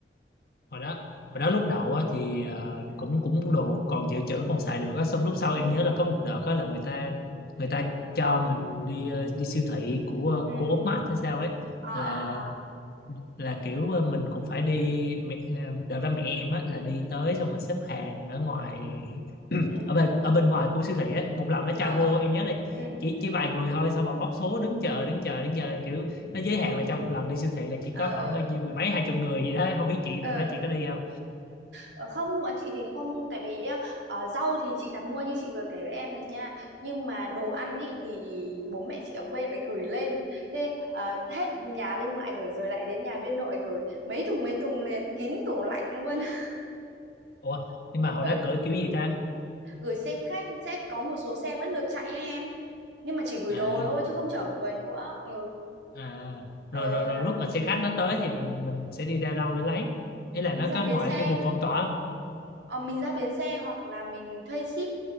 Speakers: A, on the left; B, on the right.
A: hồi đó hồi đó lúc đầu
B: ừ
A: á thì ờ,
B: ừ
A: cũng cũng đồ còn dự trữ còn xài được á xong lúc sau em
B: ừ
A: nhớ là có một đợt á là người ta người ta cho mình đi ờ, đi siêu thị của ờ,
B: ừ
A: của Úc Mát hay sao ấy
B: à
A: là
B: à à
A: là kiểu ờ, mình cũng phải đi mẹ, ờ, đợt đó mẹ em á là đi tới xong rồi xếp hàng ở ngoài
B: ừ
A: ở bên ở bên ngoài của siêu thị á một lần nó
B: ờ
A: cho
B: ờ
A: vô em nhớ là
B: ừ
A: chỉ chỉ vài người thôi xong rồi bóc số đứng chờ đứng chờ đứng chờ kiểu nó giới hạn là trong một lần đi siêu thị là chỉ
B: ờ
A: có khoảng
B: ờ
A: bao nhiêu mười mấy hai chục người gì đó không biết chị
B: ờ
A: đợt đó chị có đi không
B: Ờ, không bọn chị thì không tại vì á, ờ, rau thì chị đặt mua như chị vừa kể với em rồi nha nhưng mà đồ ăn ý thì bố mẹ chị ở quê lại gửi lên thế ờ, hết nhà bên ngoại gửi rồi lại đến nhà bên nội gửi mấy thùng mấy thùng liền kín tủ lạnh luôn <laughs>
A: ủa nhưng mà hồi
B: ừ,
A: đó gửi kiểu gì ta
B: gửi xe khách sẽ có một số xe vẫn được chạy ấy em nhưng mà chỉ gửi
A: à
B: đồ thôi chứ không chở người nữa ừ
A: à
B: ờ
A: rồi rồi rồi
B: đó
A: lúc mà xe khách nó tới thì mình mình sẽ đi ra đâu để lấy ý là
B: mình
A: nó
B: ra
A: có
B: bến
A: ngoài
B: xe
A: cái vùng phong tỏa không
B: ờ, mình ra bến xe hoặc là mình thuê ship